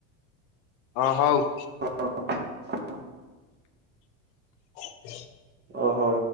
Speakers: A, on the left; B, on the right.
A: ହଁ ହଉ।
B: ହଁ <inaudible>
A: <inaudible>
B: ଓହୋ।